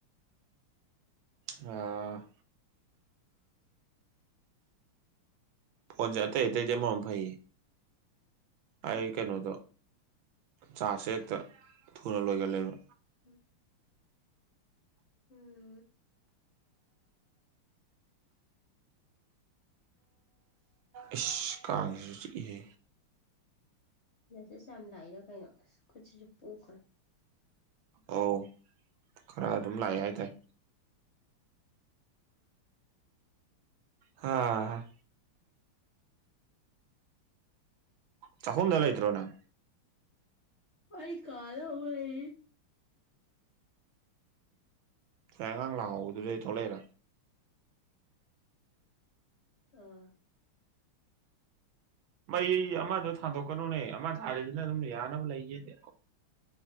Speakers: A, on the right; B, on the left.
A: ꯍꯥ ꯐꯣꯟꯁꯦ ꯑꯇꯩ ꯑꯇꯩꯗꯤ ꯑꯃꯔꯣꯝ ꯐꯩꯌꯦ ꯑꯩ
B: ꯎꯝ
A: ꯀꯩꯅꯣꯗꯣ ꯆꯥꯔꯁꯦ ꯍꯦꯛꯇ ꯊꯨꯅ ꯂꯣꯏꯒꯜꯂꯦꯕ
B: ꯎꯝ ꯎꯝ
A: ꯢꯁ ꯀꯥꯡꯁꯤꯁꯨ ꯆꯤꯛꯢꯍꯦ
B: ꯃꯦꯁꯦꯁ ꯌꯥꯝ ꯂꯥꯛꯏꯔ ꯀꯩꯅꯣ ꯑꯁ ꯈꯨꯠꯁꯤꯁꯨ ꯄꯣꯛꯈ꯭ꯔꯦ
A: ꯑꯧ ꯈꯔ ꯑꯗꯨꯝ ꯂꯥꯛꯑꯦ ꯍꯥꯏꯇꯥꯥꯏ ꯍꯥ ꯆꯥꯛꯈꯨꯝꯗ ꯂꯩꯇ꯭ꯔꯣ ꯅꯪ
B: ꯑꯩ ꯀꯥꯗ ꯑꯃꯨꯛ ꯂꯩꯔꯤ
A: ꯁꯥꯏ ꯑꯉꯥꯡ ꯂꯥꯛꯍꯧꯕꯗꯨꯗꯩ ꯊꯣꯛꯂꯛꯏꯔꯥ
B: ꯑꯥ
A: ꯃꯩ ꯑꯃꯗꯣ ꯊꯥꯗꯣꯛꯀꯅꯨꯅꯦ ꯑꯃ ꯊꯥꯟꯂꯤꯗꯨꯅ ꯑꯗꯨꯝ ꯌꯥꯅꯕ ꯂꯩꯒꯦꯗꯦ